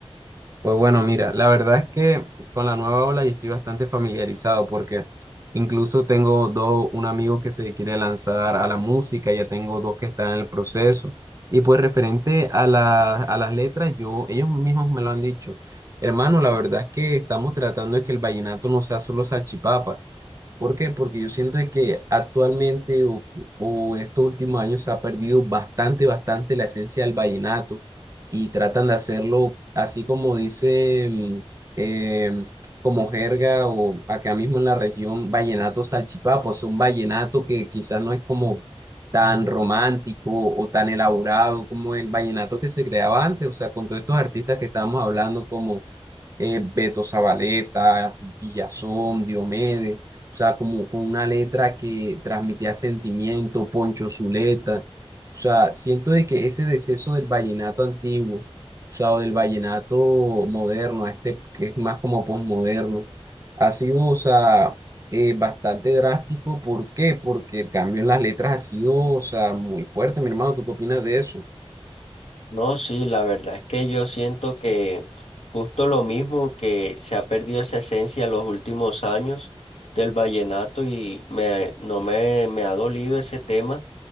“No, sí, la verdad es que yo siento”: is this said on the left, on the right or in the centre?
Left